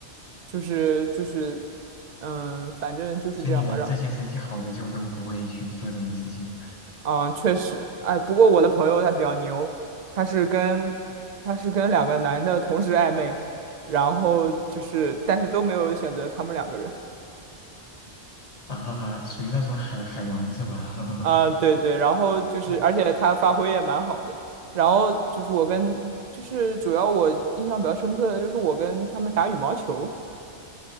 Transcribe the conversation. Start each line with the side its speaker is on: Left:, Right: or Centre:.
Right: 就是就是，嗯、反正就是这样吧，
Left: 所以你们这些成绩好的就都不会去做这种事情
Right: 让嗯，确实，哎，不过我的朋友他比较牛，他是跟他是跟两个男的同时暧昧，然后就是，但是都没有选择他们两个人。
Left: 啊哈哈，属于那种海海王是吧？<laughs>
Right: 啊、对对，然后就是，
Left: 嗯
Right: 而且他发挥也蛮好的。然后就是我跟，就是主要我印象比较深刻的就是我跟他们打羽毛球，